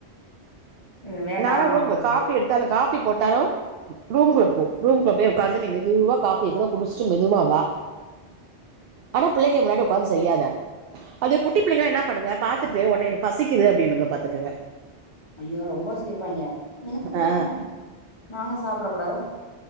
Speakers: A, on the left; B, on the right.
A: இது வேண்டா
B: நானா ரூம்ல
A: அப்டின்னா மேரி
B: <inaudible> காஃபி போட்டாலு ரூம் குள்ளபோ ரூம் குள்ளப்பேய் ஒக்காந்து நீ மெதுவா காஃபிய குட குடிச்ட்டு மெதுவாவா ஆன பிள்ளங்க முன்னாடி ஒக்காந்து செய்யாத அது குட்டி பிள்ளங்களா என்ன பண்ணுங்க பாத்துட்டு ஒனே எனக்கு பசிக்கிது அப்டின்னுங்க பாத்துகுங்க
A: ஐயோ ரொம்ப சிரிப்பாங்க எனக்கு குடுக்க
B: ஆ
A: மாட்டே நாங்க சாப்ட கூடாதா